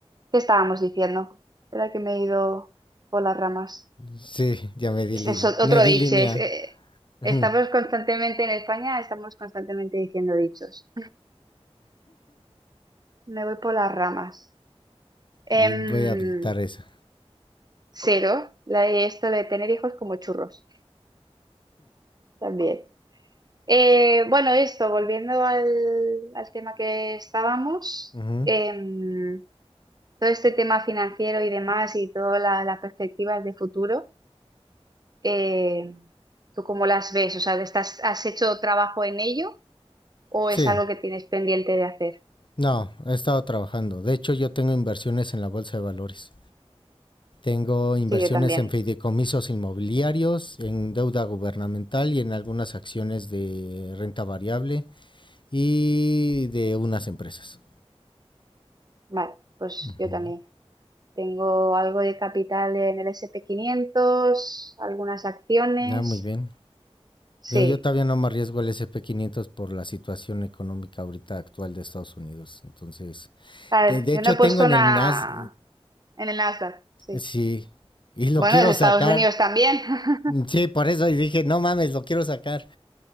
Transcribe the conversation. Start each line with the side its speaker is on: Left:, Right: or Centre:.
Right: ¿Qué estábamos diciendo? Era que me he ido por las ramas.
Left: sí, ya me di,
Right: Es,
Left: li-
Right: es otro
Left: me di
Right: dicho,
Left: línea.
Right: es, eh,
Left: Ujú.
Right: estamos constantemente en España, estamos constantemente diciendo dichos. Me voy por las ramas. Em,
Left: Voy a adaptar eso.
Right: cero, la, de esto de tener hijos como churros, también. Eh, bueno, esto, volviendo al, al tema que estábamos,
Left: Ujú.
Right: em, todo este tema financiero y demás y todas las perspectivas de futuro. eh, ¿tú cómo las ves? O sea, ¿estás, has hecho trabajo en ello o
Left: Sí,
Right: es algo que tienes pendiente de hacer?
Left: No, he estado trabajando. De hecho, yo tengo inversiones en la bolsa de valores. Tengo inversiones
Right: Sí, yo también.
Left: en fideicomisos inmobiliarios, en deuda gubernamental y en algunas acciones de renta variable y de unas empresas.
Right: Vale, pues
Left: Ujú.
Right: yo también. Tengo algo de capital en el S and p 500, algunas acciones.
Left: Ah, muy bien.
Right: Sí.
Left: Yo, yo todavía no me arriesgo al SP500 por la situación económica ahorita actual de Estados Unidos. Entonces,
Right: A ver,
Left: de, de
Right: yo
Left: hecho
Right: no he puesto
Left: tengo en
Right: una
Left: el NAS,
Right: en el Nasdaq. Sí.
Left: sí, y lo
Right: Bueno,
Left: quiero
Right: es Estados
Left: sacar.
Right: Unidos también. <laughs>
Left: Sí, por eso dije, no mames, lo quiero sacar.